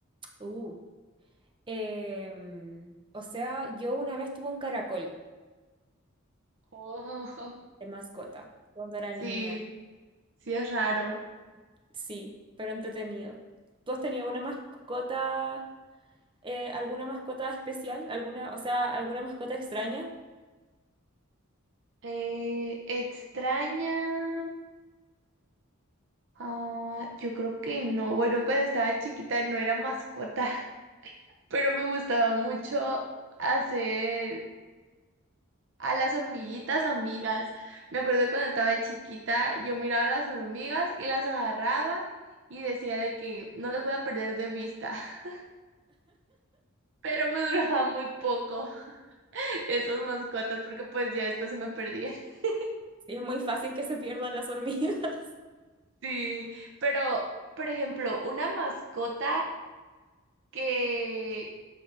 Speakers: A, on the right; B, on the right.
A: Uh, em, o sea, yo una vez tuve un caracol
B: Oh, <laughs>
A: de mascota cuando era
B: Sí,
A: niña.
B: sí es raro.
A: Muy- Sí, pero entretenido. ¿Tú has tenido una mascota? eh, alguna mascota especial, alguna, o sea, alguna mascota extraña.
B: Eh, extraña. ah, yo creo que no. Bueno, cuando estaba chiquita no era mascota, <laughs> pero me gustaba mucho hacer a las hormiguitas amigas. Me acuerdo cuando estaba chiquita, yo miraba a las hormigas y las agarraba y decía de que no las voy a perder de vista, <laughs> pero me duraba muy poco <laughs> esas mascotas porque pues ya después se me perdían. <laughs>
A: Sí, es muy fácil que se pierdan las hormigas. <laughs>
B: Sí, pero por ejemplo, una mascota que